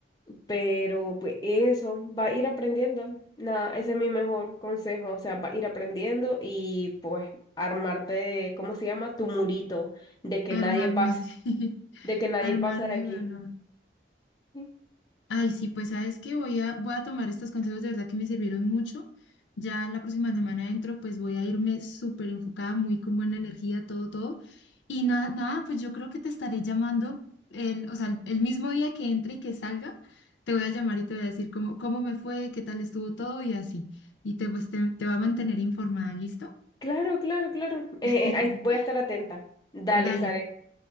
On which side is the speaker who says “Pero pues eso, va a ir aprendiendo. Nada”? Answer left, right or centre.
Left